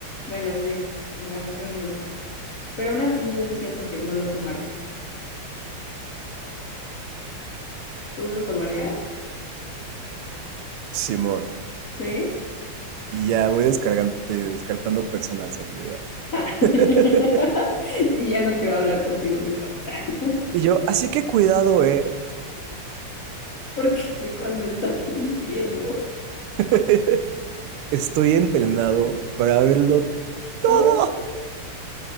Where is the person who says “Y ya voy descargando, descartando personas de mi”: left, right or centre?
Right